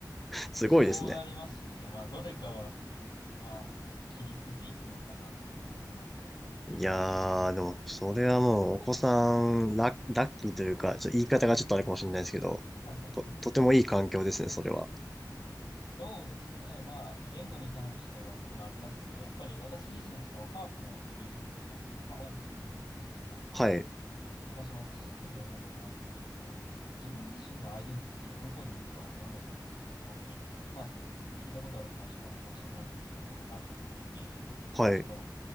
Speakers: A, in the centre; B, on the left.
A: すごいですね。
B: そうなりますね。まあ、どれかは、まあ、切り捨てていくのかなっていうのは思いますけれども。
A: いやー、でも、それはもう、お子さん、ラ、ラッキーというか、ちょっと言い方がちょっとあれかもしれないですけど、
B: <laughs>
A: と、とてもいい環境ですね、それは。
B: そうですね。まあ、言語に関してはっていうのはありますけど、やっぱり私自身、そのハーフの友人とか、まあ、多くいるんですけれども、
A: はい、
B: まあ、その私自身も思うことなんですけれども、自分自身のアイデンティティがどこにいるかわからなくなるっていうのは、本当に、まあ、聞いたことある話かもしれないんですけれども、あって、
A: はい、
B: その、